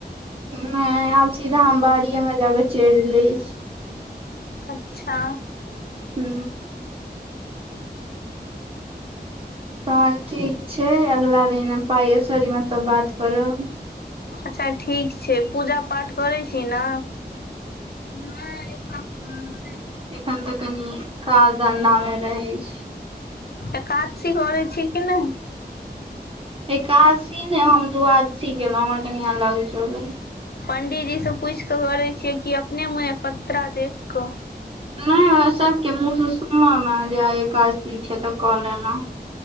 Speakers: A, on the right (about 35°); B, on the left (about 65°).
A: नहि आब सीधा हम बाड़िये मे जाके चैर लै छी
B: अच्छा
A: हू तहन ठीक छै अगिला दिनमे पाइेश्वरीमे त बात करब
B: अच्छा ठीक छै पूजा पाठ करैत छी नऽ नहि क कर नहि
A: एखन तऽ कनि काज धंधा मऽ रहै छै
B: एकादशी करे छै कि नहि
A: एकादशी ने हम दआादशी गेलेलहुं हमर कनि अलग जोड़ अछि।
B: पंडीजी से पूछि के करे छियै क अपने मने पत्रा देख क
A: नहि हम सभके मुँह से सुनलहुँ ने जे आइ एकादसी छै तऽ कऽ लेलहुँ